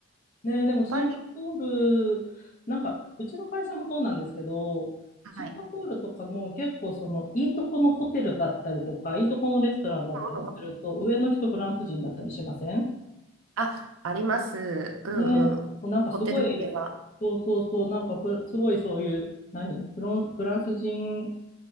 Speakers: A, on the left; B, on the right.
A: ね、でもシンガポー
B: っぱり、
A: ル、なんかうちの会社もそうなんですけど、
B: はい。
A: シンガポールとかも結構そのいいとこのホテルだったりとか、いいとこのレストランだったりすると、
B: うんうんうん
A: 上の人フランス人だったりしません
B: あ、あります。うんうん。
A: ね、もうなんかすごい、
B: ホテル系は。
A: そうそうそう、なんかふすごいそういう、何フロン、フランス人